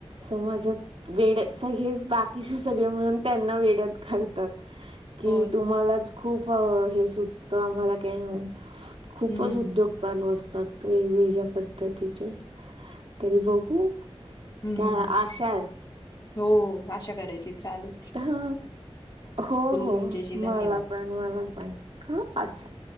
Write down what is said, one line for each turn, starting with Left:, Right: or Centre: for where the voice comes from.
Right: समजात वेड अस हेच दात किसी सगळे म्हणून त्यांना वेड्यात काढतात कि
Left: हो ना
Right: तुम्हालाच खूप हे सुचत आम्हाला काय नाही खूपच
Left: हम्म
Right: उद्योग. चालू असतात वेगवेगळ्या पद्धतीचे तरी बघू
Left: हम्म
Right: काय आशाढ.
Left: हो आशा करायची चाल.
Right: हा हो हो
Left: तुमच्याशी
Right: मला
Left: धन्यवाद
Right: पण, मला पण हा अच्छा.